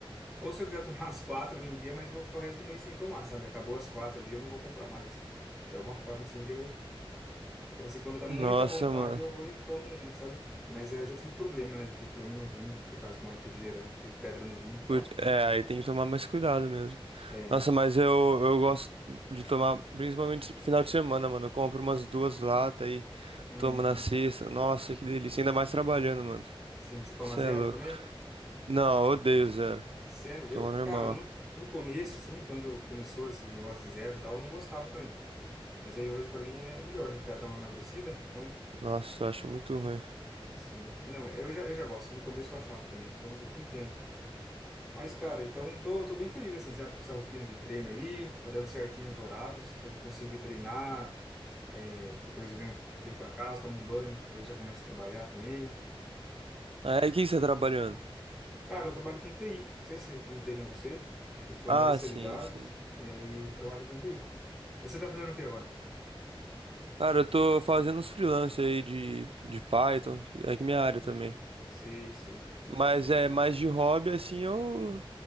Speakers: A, in the centre; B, on the right (about 75°).
A: Ou se eu quiser <laughs> tomar as quatro num dia, mas eu vou ficar o resto do mês sem tomar, sabe? Acabou as quatro ali, eu não vou comprar mais. Então é uma forma assim de eu. Então, assim, quando dá muita
B: Nossa,
A: vontade,
B: mano.
A: eu vou e tomo uma, sabe? Mas eh, eu já tive problema, né? Já tive problema no rim, por causa de tomar muito refrigerante, tive pedra no rim e tal.
B: Put- É, aí tem que tomar mais cuidado mesmo.
A: É.
B: Nossa, mas eu, eu gosto de tomar, principalmente final de semana, mano. Eu compro umas duas latas e
A: Uhum.
B: tomo na sexta. Nossa, que delícia. Ainda mais trabalhando, mano.
A: Sim, você toma
B: Você
A: zero
B: é louco.
A: também?
B: Não, eu odeio zero.
A: Zero. Eu,
B: Toma normal.
A: cara, no, no começo, assim, quando começou esses negócios de zero e tal, eu não gostava também. Mas aí hoje, pra mim, é melhor, né? Quero dar uma emagrecida, então.
B: Nossa, eu acho muito ruim.
A: Sim. Não, eu já, eu já gosto. No começo eu achava também, então eu te entendo. Mas, cara, então tô, tô bem feliz, assim, sabe, com essa rotina de treino aí, tá dando certinho os horários, então eu consigo ir treinar, é, depois eu venho, venho pra casa, tomo um banho, aí já começo a trabalhar também.
B: Aí, o que você tá trabalhando?
A: Cara, eu trabalho com TI, não sei se comentei com você, eu sou
B: Ah,
A: analista
B: sim,
A: de dados
B: sim.
A: e aí trabalho com TI. Você tá fazendo o que agora?
B: Cara, eu tô fazendo uns freelance aí de, de Python. É que minha área também.
A: Sei, sei,
B: Mas é mais de hobby, assim, eu,